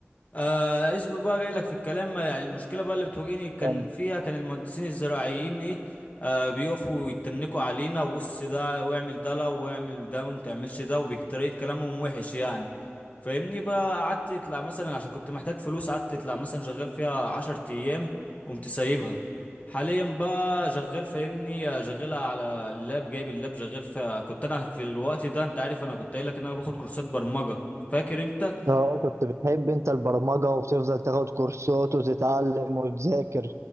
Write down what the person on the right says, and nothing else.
يعني
اه كنت بتحب انت البرمجة وبتفضل تاخد كورسات وتتعلم وتذاكر